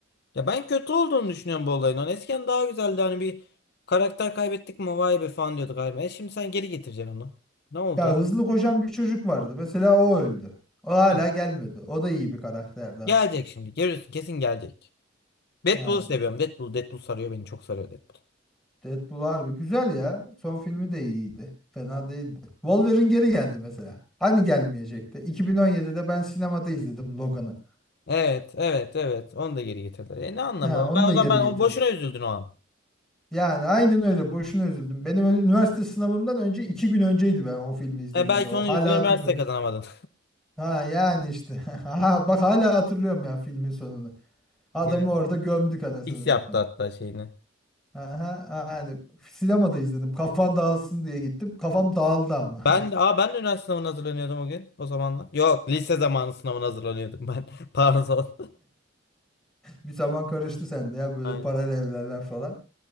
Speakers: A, on the left; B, in the centre.
A: Ya ben kötü olduğunu düşünüyorum bu olayın. Hani eskiden daha güzeldi. Hani bir karakter kaybettik mi vay be falan diyorduk. Iron Man. E şimdi sen geri getireceksin onu. Ne oldu?
B: Ya hızlı koşan bir çocuk vardı. Mesela o öldü. O hala
A: Heh.
B: gelmedi. O da iyi bir karakterdi aslında.
A: Gelecek şimdi. Görüyorsun kesin gelecek. Deadpool'u
B: Yani
A: seviyorum. Deadpool, Deadpool sarıyor beni. Çok sarıyor Deadpool.
B: Deadpool harbi güzel ya. Son filmi de iyiydi. Fena değildi. Wolverine geri geldi mesela. Hani gelmeyecekti. 2017'de ben sinemada izledim Logan'ı.
A: Evet, evet, evet. Onu da geri getirdiler. E ne anlamı?
B: Ha,
A: var?
B: onu
A: Ben
B: da
A: o
B: geri
A: zaman ben
B: getirdi.
A: o boşuna üzüldün o an.
B: Yani aynen öyle. Boşuna üzüldüm. Benim ö- üniversite sınavımdan önce iki gün önceydi ben o filmi izlediğimde.
A: E, belki
B: Bak
A: onun
B: hala
A: yüzünden
B: hatırlıyorum.
A: üniversite kazanamadın.
B: Ha yani işte. <laughs> Ha,
A: <laughs>
B: bak hala hatırlıyorum ya filmin sonunu. Adamı
A: Yani
B: orada gömdük anasını
A: X
B: satayım.
A: yaptı hatta şeyini.
B: Aha, yani sinemada izledim. Kafan dağılsın diye gittim. Kafam dağıldı ama.
A: Ben
B: <laughs>
A: de, aa ben de üniversite sınavına hazırlanıyordum o gün o zamanlar. Yok lise zamanı sınavına hazırlanıyordum ben. <laughs> Pardon.
B: Bir taban karıştı sende ya böyle
A: Aynen.
B: paralel evlerler falan.